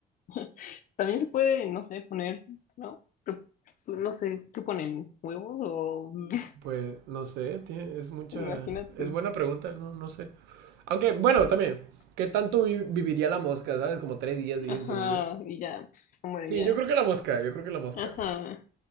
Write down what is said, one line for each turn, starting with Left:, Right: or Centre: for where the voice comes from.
Left: <laughs> También se puede, no sé, poner, ¿no? Pero, No sé, ¿qué ponen? ¿Huevos o...? <laughs>
Right: pues no sé, tiene- es mucha,
Left: Imagínate.
Right: es buena pregunta, no, no sé. Aunque, bueno,
Left: <laughs>
Right: también, ¿qué tanto vi- viviría la mosca, ¿sabes? Como tres días, viven,
Left: Ajá,
Right: según yo.
Left: y ya, pues, se mueren
Right: Sí,
Left: ya.
Right: yo creo que la mosca, yo creo que la mosca.
Left: Ajá.